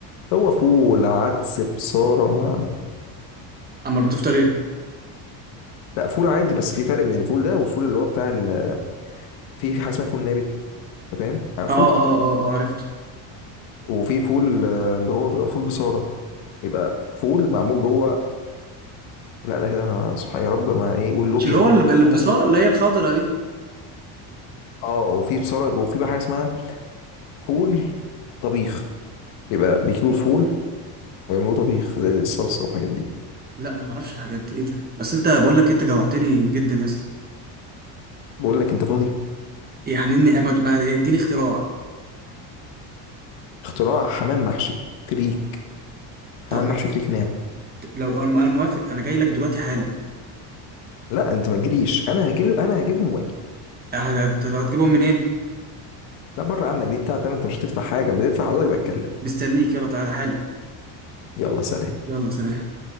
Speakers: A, on the left (about 75°); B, on the right (about 20°).
A: هو فول عدس بصاره ما
B: امال بتفطر ايه
A: لا فول عادي بس في فرق بين الفول ده والفول اللي هو بتاع ال... في في حاجه اسمها فول نابت انت فاهم عارفه
B: اه اه اه اه عرفت
A: وفي فول آه، اللي هو بيبقى فول بصاره يبقى فول معمول جوه لا لا كده انا ما- سبحان يا رب ما ايه واللوبيا
B: مش اللي هو اللي اللي
A: لا
B: بصارة اللي هي الخضرة دي
A: اه وفي بصارة وفي بقى حاجة اسمها فول طبيخ يبقى بيجيبوا الفول ويعملوه طبيخ زي الصلصة والحاجات دي
B: لا ما اعرفش الحاجات دي ايه ده بس انت بقول لك انت جوعتني جدا يا اسطى
A: بقول لك انت فاضي
B: يعني اني ما ما- اديني اختراع
A: اختراع حمام محشي فريك
B: طب
A: حمام محشي فريك ناو
B: لو انا أنا موافق انا جاي لك دلوقتي حالا
A: لا انت ما تجريش انا هجيب انا هجيبهم واجي
B: هت- هت- هتجيبهم منين
A: لا بره عنك دي بتاعتي انا انت مش هتدفع حاجة ما تدفع حضرتك بقى اتكلم
B: مستنيك يلا تعالى حالا
A: يلا سلام
B: يلا سلام